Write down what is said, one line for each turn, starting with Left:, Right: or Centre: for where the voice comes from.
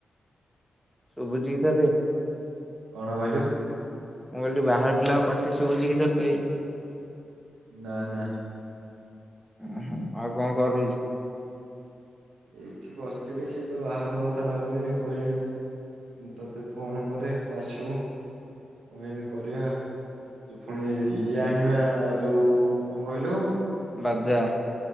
Centre: ଶୁଭୁଛି କି ତତେ
Right: କଣ କହିଲୁ?
Centre: ମୁଁ କହିଲି ବାହାର ପିଲାଙ୍କ ପାଟି ଶୁଭୁଛି କି ତତେ?
Right: ନା ନା।
Centre: ଓହୋ ଆଉ କଣ କରୁଛୁ?
Right: ଏଇଠି ବସିଥିଲି ସେ ତ ବାହାଘର କଥା ଭାବିଲି କହିଲେ ମୁଁ ତତେ ଫୋନ କରେ ତୁ ଆସିବୁ କଣ କେମତି କରିବା? ତୁ ଫୁଣି ଇଏ ଆଣିବା ଯୋଉ କଣ କହିଲୁ?
Centre: ବାଜା।